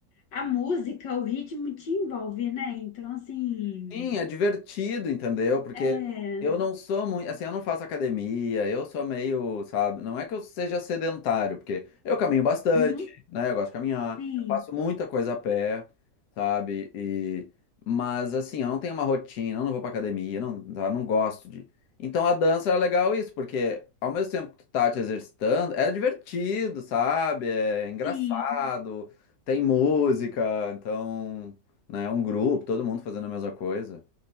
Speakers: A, on the left; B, on the left.
A: a música, o ritmo te envolve, né? Então, assim,
B: Sim, é divertido, entendeu? Porque
A: é.
B: eu não sou muito, assim, eu não faço academia, eu sou meio, sabe? Não é que eu seja sedentário, porque eu caminho bastante,
A: Uhum.
B: né? Eu gosto de caminhar,
A: Sim,
B: eu faço muita coisa a pé, sabe? E mas assim, eu não tenho uma rotina, eu não vou pra academia, eu não, sabe? eu não gosto de. Então a dança é legal isso, porque ao mesmo tempo que tu tá te exercitando, é divertido, sabe? É engraçado,
A: sim.
B: tem música, então né? Um grupo, todo mundo fazendo a mesma coisa.